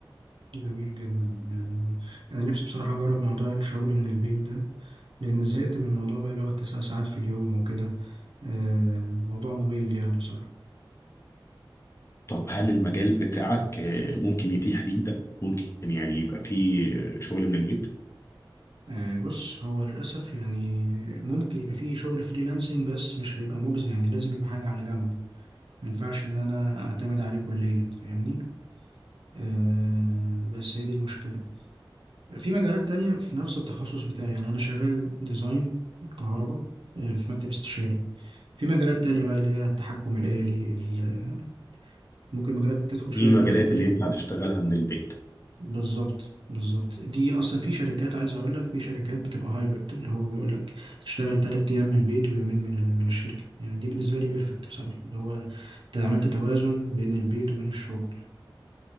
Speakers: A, on the right (about 75°); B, on the left (about 35°).
A: جميل جدا يعني أنا نفسي بصراحة أجرب موضوع الشغل من البيت ده لأن زهقت من الموضوع بقى اللي هو التسع ساعات في اليوم وكده آه، موضوع ممل يعني بصراحة
B: طب هل المجال بتاعك آه، ممكن يتيح ليك ده ممكن يعني يبقى فيه شغل من البيت
A: آه، بص هو للأسف يعني ممكن يبقى فيه شغل فريلانسنج بس مش هيبقى مجزي يعني لازم يبقى حاجة على جنب ما ينفعش إن أنا أعتمد عليه كليا فاهمني آه، بس هي دي المشكلة في مجالات تانية في نفس التخصص بتاعي يعني أنا شغال ديزاين كهرباء آه، في مكتب استشاري في مجالات تانية بقى اللي هي التحكم الآلي ال- ممكن مجالات تدخل شوية
B: ايه المجالات
A: في حتة
B: اللي ينفع
A: ال-
B: تشتغلها من البيت
A: بالظبط بالظبط دي أصلا في شركات عايز أقول لك في شركات بتبقى هايبرد اللي هو بيقول لك تشتغل تلات أيام من البيت ويومين من ال- من الشركة يعني دي بالنسبة لي بيرفكت بصراحة اللي هو أنت عملت توازن بين البيت وبين الشغل